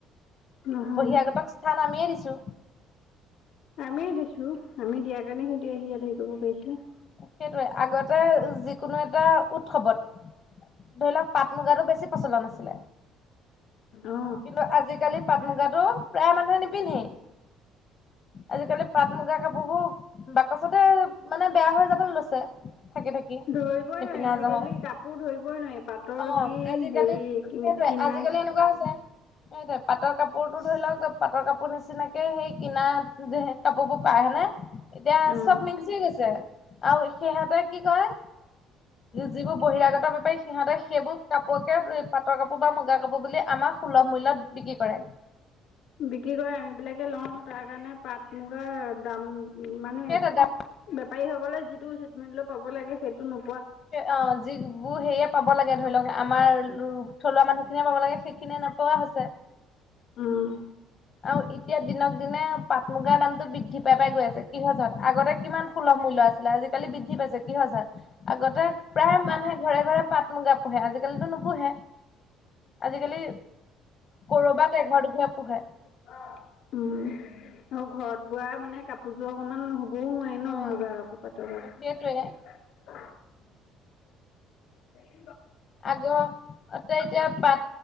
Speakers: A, on the left; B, on the left.
A: নহয়।
B: বহিৰাগতক স্থান আমিয়েই দিছোঁ।
A: আমিয়ে দিছো, আমি দিয়াৰ কাৰণে সিহঁতি আহি ইয়াত আহি হেৰি কৰিব পাৰিছে।
B: সেইটোৱে, আগতে যিকোনো এটা উৎসৱত ধৰি লওক পাট মুগাটো বেছি প্ৰচলন আছিলে
A: অ
B: কিন্তু আজিকালি পাট মুগাটো প্ৰায় মানুহে নিপিন্ধেই। আজিকালি পাট মুগা কাপোৰবোৰ বাকচতে মানে বেয়া হৈ যাবলৈ লৈছে। থাকি থাকি।
A: ধৰিবই নোৱাৰি
B: নিপিন্ধা
A: আজিকালি
B: হল।
A: কাপোৰ ধৰিবই নোৱাৰি পাটৰ
B: অ',
A: কি
B: আজিকালি
A: হেৰি কি।
B: সেইটোৱে
A: কিনা
B: আজিকালি এনেকুৱা হৈছে সেইটোৱে পাটৰ কাপোৰতো ধৰি লওক পাটৰ কাপোৰ নিচিনাকে সেই কিনা কাপোৰ বোৰ পাই হয় নে। এতিয়া
A: অ
B: চব মিক্স হৈ গৈছে। আৰু সিহঁতে কি কয়, যিবোৰ বহিৰাগত বেপাৰী সিহঁতে সেইবোৰ ক ক পাটৰ কাপোৰ বা মুগা কাপোৰ বুলি আমাক সুলভ মূল্যত বিক্ৰী কৰে।
A: বিক্ৰী কৰে আমিবিলাকে লওঁ। তাৰকাৰণে পাট মুগাৰ দাম মানে
B: সেইটো দাম
A: বেপাৰীসকলে যিটো পাব লাগে সেইটো নো
B: অ', যিবোৰ হেয়ে পাব লাগে ধৰি লওঁক আমাৰ থলুৱা মানুহ খিনি পাব লাগে সেইখিনিয়ে নোপোৱা হৈছে।
A: উম
B: আৰু এতিয়া দিনক দিনে পাট মুগাৰ দামতটো বৃদ্ধি পাই পাই গৈ আছে, কিহত আগতে কিমান সুলভ মূল্য আছি লে। আজিকালি বৃদ্ধি পাইছে, কি হৈছে আগতে প্ৰায় মানুহে ঘৰে ঘৰে পাট মুগা পোহে আজি আজিকালি নোপোহে, আজিকালি ক'ৰবাত এঘাৰ দুঘৰত পোহে।
A: উ, আৰু ঘৰত বোৱা মানে কাপোৰযোৰৰ সমান নহ হ'বও নোৱাৰে ন'
B: অ
A: মুগা কাপোৰ, পাটৰ
B: সেইটোৱে
A: কাপোৰ। উম <unintelligible>
B: আগ তে এতিয়া পাট